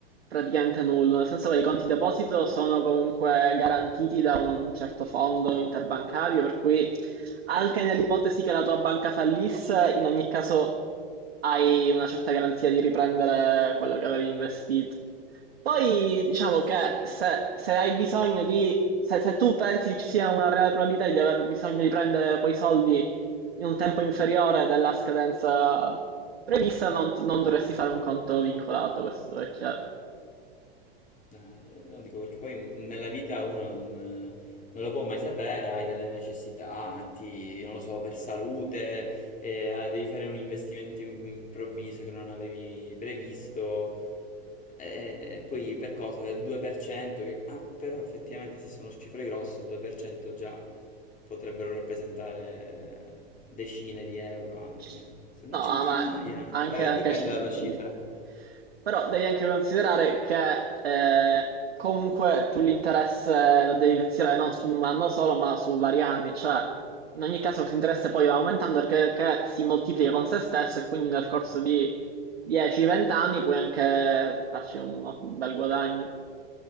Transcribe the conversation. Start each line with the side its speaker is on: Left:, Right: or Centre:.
Right: praticamente nullo, nel senso che i conti deposito sono comunque garantiti da un certo fondo interbancario, per cui anche nell'ipotesi che la tua banca fallisse, in ogni caso hai una certa garanzia di riprendere quello che avevi investito. Poi diciamo
Left: Sì,
Right: che se, se hai bisogno di, se, se tu pensi che ci sia una reale probabilità di aver bisogno di prendere quei soldi in un tempo inferiore della scadenza prevista, non, ti- non dovresti fare un conto vincolato, questo è chiaro.
Left: No, eh, no, dico perché poi nella vita uno non, eh, non lo può mai sapere, hai delle necessità, ti- non lo so, per salute, eh, ah, devi fare un investimento improvviso che non avevi previsto, eh, poi per cosa? Del 2%, che, ah, però effettivamente se sono cifre grosse il 2% già potrebbero rappresentare decine di euro anche,
Right: C-
Left: se non
Right: No,
Left: centinaia
Right: ma
Left: anche,
Right: anche,
Left: vabbè,
Right: anche
Left: dipende
Right: c-
Left: dalla
Right: di-
Left: cifra.
Right: però devi anche considerare che eh, comunque tu l'interesse lo devi considerare non su un anno solo, ma su vari anni, cioè in ogni caso questo interesse poi va aumentando perché, perché si moltiplica con se stesso e quindi nel corso di 10-20 anni puoi anche farci un un bel guadagno.